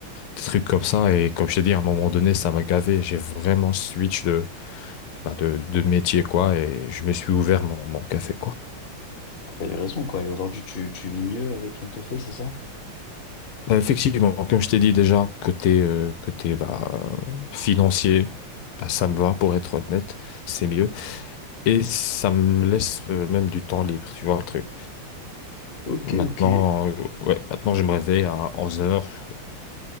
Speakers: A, on the left; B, on the left.
A: des trucs comme ça. Et comme je t'ai dit, à un moment donné, ça m'a gavé. J'ai vraiment switch de, bah, de, de métier, quoi, et je me suis ouvert mon, mon café, quoi.
B: Ah, T'avais raison, quoi. Et aujourd'hui, tu, tu vis mieux avec ton café, c'est ça?
A: Bah, effectivement, comme je t'ai dit déjà, côté, euh, côté bah, financier, bah, ça me va, pour être honnête, c'est mieux. Et ça me laisse euh, même du temps libre, tu vois le truc.
B: Ok,
A: Maintenant,
B: ok.
A: euh, ouais, maintenant je me réveille à onze heures